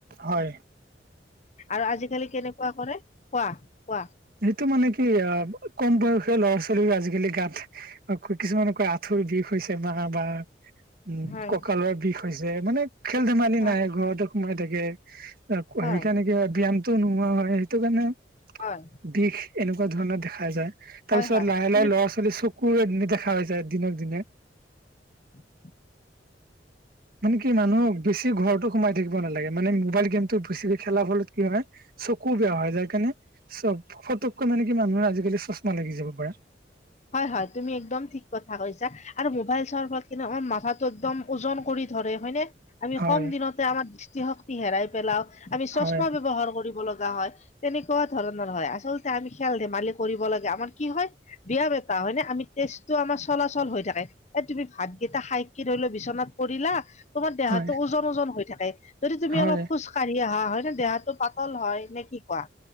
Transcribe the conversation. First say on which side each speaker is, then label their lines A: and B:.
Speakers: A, on the right; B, on the left.
A: হয়ঁ।
B: আৰু আজিকালি কেনেকুৱা কৰে কোৱা কোৱা।
A: সেইটো মানে কি অঁ কম বয়সে ল'ৰা ছোৱালীও আজিকালি গাত কিছুমানকৈ আ- আঠুৰ বিষ হৈছে মা মা উঁম
B: হয়,
A: ককালৰ বিষ হৈছে মানে- খেল ধেমালি
B: হয়,
A: নাই ঘৰতো সোমাই থাকে
B: হয়,
A: সেইকাৰণে কি ব্যায়াম- তো নোহোৱা হঁয় সেইটো কাৰণে-
B: হঁয়
A: বিষ এনেকুৱা ধৰণৰ দেখা যায় তাৰপিছত
B: হয়, হয়,
A: লাহে লাহে
B: তুমি
A: ল'ৰা ছোৱালী চক- কুৰ দেখা হৈ যায় দিনক দিনে
B: ওম হো
A: মানে কি মানুহ বেছি ঘৰতো সোমাই থাকিব নালাগে মানে মোবাইল গেমতটো বেছিকে খেলাৰ ফলত কি হঁয়- চকু বেয়া হঁয় যাৰ কাৰণে চব ফতককৈ মানে কি মানুহে আজিকালি চশমা লাগি যাব পাৰে।
B: হয়ঁ, হয়ঁ তুমি একদম ঠিক কথা কৈছা আৰু মোবাইল চোৱাৰ ফলত মাথাটো একদম- ওজন কৰি ধৰে হয়নে? আমি
A: হয়
B: কম দিনতে আমাৰ দৃষ্টিশক্তি হেৰাই পেলাও। আমি চশমা
A: হয়
B: ব্যৱহাৰ কৰিব লগা হয়। তেনেকুৱা ধৰণৰ হয়ঁ আচলতে আমি খেল ধেমালি কৰিব লাগে আমাৰ কি হয়ঁ। দিয়া বেটা, আমি তেজটো আমাৰ চলাচল হৈ থাকে। এ, তুমি ভাতকেইটা খাই কি ধৰি লও বিচনাত পৰিলা। তোমাৰ দেহাটো
A: হয়
B: ওজন ওজন হৈ থাকে যদি তুমি
A: হয়
B: অলপ খোজকাঢ়ি আহা হয়ঁ নে দেহাত- টো পাতল হঁয় নে কি কোৱা?